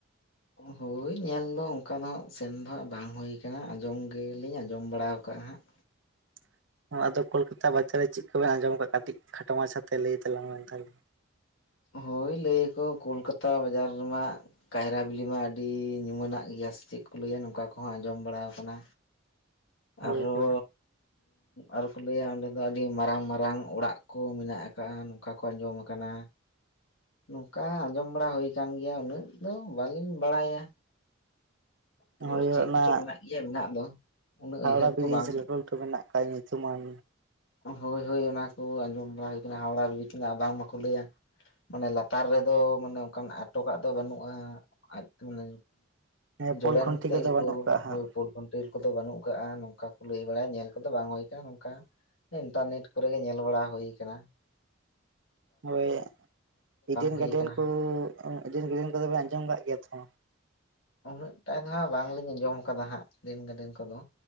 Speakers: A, on the left; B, on the right.
A: ᱦᱳᱭ ᱧᱮᱞ ᱫᱚ ᱚᱱᱠᱟ ᱫᱚ ᱦᱟᱜ ᱥᱮᱱ ᱫᱚ ᱦᱟᱜ ᱵᱟᱝ ᱦᱩᱭ ᱠᱟᱱᱟ ᱟᱸᱡᱚᱢ ᱜᱮᱞᱤᱧ ᱟᱸᱡᱚᱢ ᱵᱟᱲᱟᱣ ᱠᱟᱜ ᱦᱟᱸᱜ
B: <inaudible> ᱟᱫᱚ ᱠᱳᱞᱠᱟᱛᱟ ᱵᱟᱡᱟᱨ ᱨᱮ ᱪᱮᱫ ᱠᱚᱵᱮᱱ ᱟᱸᱡᱚᱢ ᱠᱟᱜ ᱠᱟᱹᱴᱤᱡ ᱠᱷᱟᱴᱚ ᱢᱟᱪᱷᱟᱛᱮ ᱞᱟᱹᱭ ᱛᱟᱞᱟᱝ ᱢᱮ ᱛᱟᱦᱚᱞᱮ <inaudible>
A: ᱦᱳᱭ ᱞᱟᱹᱭ ᱟᱠᱚ ᱠᱳᱞᱠᱟᱛᱟ ᱵᱟᱡᱟᱨᱢᱟ ᱠᱟᱭᱨᱟ ᱵᱤᱞᱤ ᱢᱟ ᱟᱹᱰᱤ ᱧᱩᱢᱟᱹᱱᱟᱜ ᱜᱮᱭᱟ ᱡᱟᱥ ᱪᱮᱜ ᱠᱚ ᱞᱟᱹᱭᱟ ᱱᱚᱝᱠᱟ ᱠᱚᱦᱚᱸ ᱟᱸᱡᱚᱢ ᱵᱟᱲᱟ ᱟᱠᱟᱱᱟ
B: ᱦᱳᱭ
A: ᱟᱨᱚ
B: ᱦᱳᱭ <inaudible>
A: ᱟᱨ ᱠᱚ ᱞᱟᱹᱭᱟ ᱚᱸᱰᱮ ᱫᱚ ᱟᱹᱰᱤ ᱢᱟᱨᱟᱝ ᱢᱟᱨᱟᱝ ᱚᱲᱟᱜ ᱠᱚ ᱢᱮᱱᱟᱜ ᱟᱠᱟᱜᱼᱟ ᱱᱚᱝᱠᱟ ᱠᱚ ᱟᱸᱡᱚᱢ ᱟᱠᱟᱱᱟ ᱱᱚᱝᱠᱟ ᱟᱸᱡᱚᱢ ᱵᱟᱲᱟ ᱦᱩᱭ ᱠᱟᱱ ᱜᱮᱭᱟ ᱩᱱᱟᱹᱜ ᱫᱚ ᱵᱟᱹᱞᱤᱧ ᱵᱟᱲᱟᱭᱟ ᱛᱚ
B: ᱦᱩᱭ
A: ᱪᱮᱫ
B: ᱚᱱᱟ
A: ᱠᱚᱪᱚ ᱢᱮᱱᱟᱜ ᱜᱮᱭᱟ ᱢᱮᱱᱟᱜ ᱫᱚ ᱩᱱᱟᱹᱜ
B: ᱦᱟᱣᱲᱟ
A: ᱩᱭᱦᱟᱹᱨ
B: ᱵᱨᱤᱡᱽ
A: ᱠᱚ ᱵᱟᱝ
B: ᱞᱟᱹᱴᱩ ᱞᱟᱹᱴᱩ ᱢᱮᱱᱟᱜ ᱟᱠᱟᱜ ᱛᱩᱢᱟᱱ
A: ᱦᱳᱭ ᱦᱳᱭ ᱚᱱᱟᱠᱚ ᱟᱸᱡᱚᱢ ᱵᱟᱲᱟ ᱦᱩᱭ ᱟᱠᱟᱱᱟ ᱦᱟᱣᱲᱟ ᱵᱨᱤᱡᱽᱢᱟ ᱵᱟᱝ ᱢᱟᱠᱚ ᱞᱟᱹᱭᱟ ᱢᱟᱱᱮ ᱞᱟᱛᱟᱨ ᱨᱮᱫᱚ ᱢᱟᱱᱮ ᱚᱱᱠᱟᱱ ᱟᱴᱚᱠᱟᱜ ᱫᱚ ᱵᱟᱹᱱᱩᱜᱼᱟ ᱟᱡ ᱢᱟᱱᱮ
B: ᱦᱮᱸ
A: ᱡᱚᱲᱮᱱ
B: ᱯᱳᱞ ᱠᱷᱩᱱᱴᱤ
A: ᱠᱟᱛᱮ
B: ᱠᱚᱫᱚ
A: ᱜᱮᱠᱚ
B: ᱵᱟᱹᱱᱩᱜ ᱠᱟᱜ ᱦᱟᱸᱜ
A: ᱦᱳᱭ ᱯᱳᱞ ᱠᱷᱳᱱᱴᱮᱞ ᱠᱚᱫᱚ ᱵᱟᱹᱱᱩᱜ ᱠᱟᱜᱼᱟ ᱱᱚᱝ ᱚᱱᱠᱟ ᱠᱚ ᱞᱟᱹᱭ ᱵᱟᱲᱟᱭᱟ ᱧᱮᱞ ᱠᱚᱫᱚ ᱵᱟᱝ ᱦᱩᱭ ᱟᱠᱟᱱᱟ ᱱᱚᱝᱠᱟ ᱤᱱᱴᱟᱨᱱᱮᱴ ᱠᱚᱨᱮ ᱜᱮ ᱧᱮᱞ ᱵᱟᱲᱟ ᱦᱩᱭ ᱟᱠᱟᱱᱟ
B: ᱦᱳᱭ ᱤᱰᱮᱱ
A: ᱦᱩᱭ
B: ᱜᱟᱨᱰᱮᱱ
A: ᱠᱟᱱᱟ
B: ᱠᱚ
A: ᱦᱟᱸᱜ
B: ᱤᱰᱮᱱ ᱜᱟᱨᱰᱮᱱ ᱠᱚᱫᱚ ᱵᱮᱱ ᱟᱸᱡᱚᱢ ᱠᱟᱜ ᱜᱮᱭᱟ ᱛᱚ <inaudible>
A: ᱩᱱᱟᱹᱜ ᱴᱟᱭ ᱫᱚ ᱦᱟᱸᱜ ᱵᱟᱝᱞᱤᱧ ᱟᱸᱡᱚᱢ ᱠᱟᱫᱟ ᱦᱟᱸᱜ ᱤᱰᱮᱱᱜᱰᱮᱱ ᱠᱚᱫᱚ